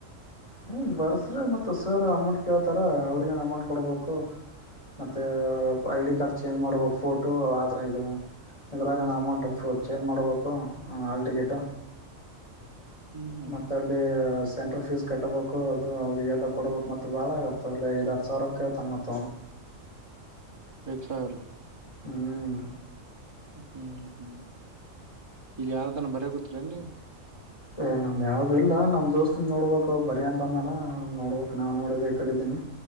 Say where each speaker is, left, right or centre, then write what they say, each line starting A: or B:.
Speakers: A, on the left; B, on the right.
A: ಹ್ಮ ಬರ್ಸ್ರಿ ಮತ್ತ್ ಸರ್ ಅಮೌಂಟ್ ಕೇಳ್ತಾರ ಅವ್ರಗ್ ಏನ್ ಅಮೌಂಟ್ ಕೊಡ್ಬೇಕು. ಮತ್ತೆ ಐ ಡಿ ಕಾರ್ಡ್ ಚೇಂಜ್ ಮಾಡುವಾಗ್ ಫೋಟೋ ಆದ್ರ ಇದು. ಇದ್ರಾಗ ನಾ ಅಮೌಂಟ್ ಚೇಂಜ್ ಮಾಡಬೇಕು ಹಾಲ್ ಟಿಕೆಟು.
B: ಹ್ಮ್
A: ಮತ್ತ ಅಲ್ಲಿ ಸೆಂಟ್ರ ಫೀಸ್. ಕೆಟ್ಬೇಕು ಅದು ಅವರಿಗೆಲ್ಲ ಕೊಡಬೇಕ್ ಮತ್ತು ಬಾಳ ಇರ್ತವಲ್ಲ ಐದಾರ್ ಸಾವಿರಕ್ಕೆ ತನ್ನ ಮತ್ -
B: <inaudible> ಸಾವಿರ
A: ಹ್ಮ್
B: ಹ್ಮ್ ಹ್ಮ್ ಈಗ ಯಾರ್ದನ <unintelligible> ನೀ
A: ಏ ನಮ್ ಯಾವ್ದ ಇಲ್ಲ ನಮ್ ದೋಸ್ತ್ - ತ್ ನೋಡ್ಬೇಕು ಬರೀ ಅಂತಂದಾನ ನೋಡ್ಬೇಕು ನಾನು ನೋಡಿದ ಈ ಕಡೆದ್ದೀನಿ.